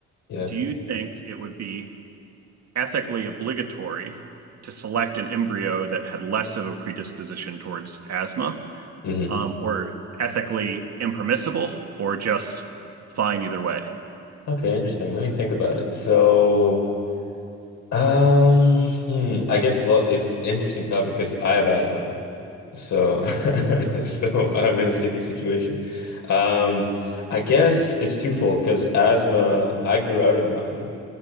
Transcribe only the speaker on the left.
Yeah.
Mm-hmm.
Okay, interesting. Let me think about it. So, um, hmm, I guess well, it's an interesting topic because I have asthma So, <laughs> so I'm in a sticky situation. Um, I guess it's twofold because asthma, I grew out of mine,